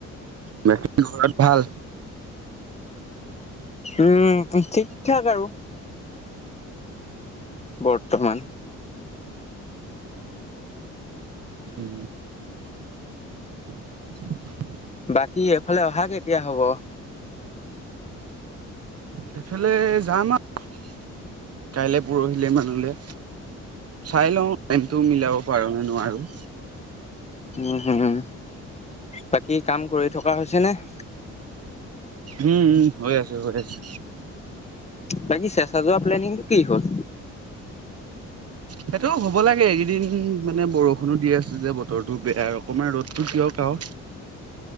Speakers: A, on the right; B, on the left.
A: বাকী ঘৰত ভাল
B: উম! ঠিক ঠাক আৰু। বৰ্তমান
A: উম! <unintelligible>
B: বাকী এফালে অহা কেতিয়া হ'ব?
A: সেইফালে যাম আৰু কাইলে। পৰহিলে মানুহলে, চাই লওঁ টাইমটো মিলাও। পাৰো নে নোৱাৰোঁ।
B: উম হম বাকী কাম কৰি থকা হৈছে নে? <inaudible>
A: উম! উ! হৈ আছে, হৈ আছে।
B: বাকী চেঁচা যোৱা প্লেনিংটো কি হ'ল?
A: সেইটো হ'ব লাগে এইকেইদিন মানে, বৰষুণো দি আছে যে, বতৰটো বেয়া অকমান ৰ'দটো দিয়ক আও।